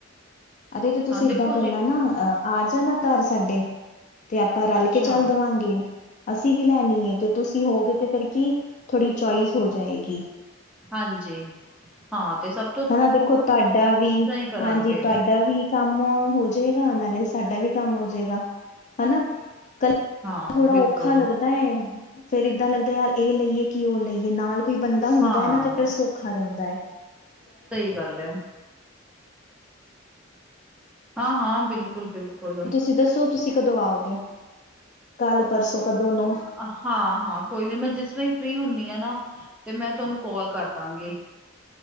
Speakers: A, on the left; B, in the centre.
A: ਅਰੇ ਤੇ ਤੁਸੀਂ ਏਦਾਂ
B: ਦੇਖੋ
A: ਕਰਨਾ
B: ਜੀ
A: ਨਾ ਅ ਆ ਜਾਨਾ ਘਰ ਸਾਡੇ, ਤੇ ਆਪਾਂ ਰਲ
B: ਅੱਛਾ
A: ਕੇ ਚੱਲ ਦਵਾਂਗੇ। ਅਸੀਂ ਵੀ ਲੈਨੀ ਏ ਤੇ ਤੁਸੀਂ ਹੋਗੇ ਤੇ ਫੇਰ ਕੀ ਥੋੜੀ ਚੌਇਸ ਹੋ ਜਾਏਗੀ।
B: ਹਾਂਜੀ, ਹਾਂ ਤੇ ਸਬ
A: ਹਨਾ ਦੇਖੋ ਤਾਡਾ ਵੀ,
B: ਕਰਾਂਗੇ
A: ਹਾਂਜੀ, ਤਾਡਾ ਵੀ ਕੰਮ ਹੋ ਜੇਗਾ ਨਾਲੇ ਸਾਡਾ ਵੀ ਕੰਮ ਹੋ ਜੇਗਾ ਹਨਾ ਕ
B: ਹਾਂ
A: ਥੋੜਾ
B: ਬਿਲਕੁਲ
A: ਓਖਾ ਲੱਗਦਾ ਐ, ਫੇਰ ਈਦਾਂ ਲੱਗਦਾ ਯਾਰ ਏ ਲਈਏ ਓ ਲਈਏ ਨਾਲ ਕੋਈ ਬੰਦਾ ਹੁੰਦਾ
B: ਹਾਂ
A: ਐ ਨਾ ਤੇ ਫਿਰ ਸੌਖਾ ਰਹਿੰਦਾ ਐ
B: ਸਹੀ ਗੱਲ ਐ ਹਾਂ ਹਾਂ ਬਿਲਕੁਲ ਐ ਬਿਲਕੁਲ ਐ
A: ਤੁ ਦੱਸੋ ਤੁਸੀਂ ਕਦੋਂ ਆਓਗੇ ਕੱਲ ਪਰਸੋਂ ਕਦੋਂ ਨੂੰ
B: ਆ ਹਾਂ ਹਾਂ ਕੋਈ ਨੀ ਮੈਂ ਜਿਸ ਤਰ੍ਹਾਂ ਹੀ ਫ੍ਰਰੀ ਹੁੰਣੀ ਆ ਨਾ ਤੇ ਮੈਂ ਤੁਹਾਨੂੰ ਕੋਲ ਕਰਦਾਂਗੀ ਈ